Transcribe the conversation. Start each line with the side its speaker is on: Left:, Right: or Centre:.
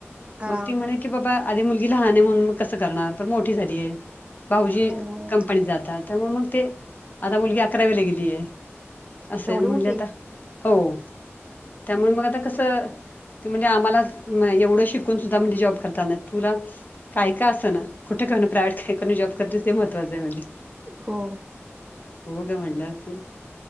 Right: हा
Left: मगं ती म्हंणे. की बाबा आधी मुलगी लहान आहे म्हणून मगं कसं करणारं पणं मोठी झालीय. भाऊजी
Right: हो
Left: कंपनीत जातांत. मगं मगं ते आता मुलगी अकरावीला गेलीय आहे असे
Right: एवढी
Left: म्हणले
Right: मोठी
Left: आता हो. त्यामुळें मगं आता कसं ते म्हणजे आम्हांला एवढं शिक. तुसुंधा जॉब करतांना तुला कायं का असं नां. कुठे का प्रायवेट ठीकाणी जॉब करते ते महत्वां आहे म्हणजे
Right: हो.
Left: हो गं म्हणलां असणं.